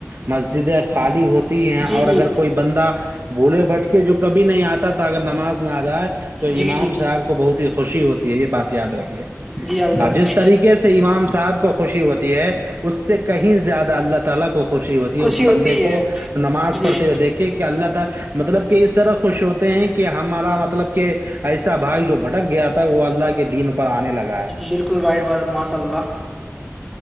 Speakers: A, on the right; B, in the centre.
A: مسجدیں خالی ہوتی ہیں
B: جی
A: اور
B: جی
A: اگر کوئی بندہ بھولے بھٹ کے جو کہ کبھی نہیں آتا تھا اگر نماز میں آ جائے تو
B: جی
A: امام
B: جی
A: صاحب کو بہت ہی خوشی ہوتی ہے یہ بات <inaudible>
B: جی حافظ صاحب خوشی ہوتی ہے جی
A: اس طرح خوش ہوتے ہیں کہ ہمارا مطلب کہ ایسا بھائی جو بھٹک گیا وہ اللہ کے دین پر آنے لگا ہے
B: بالکل رائٹ بات ماشاء اللہ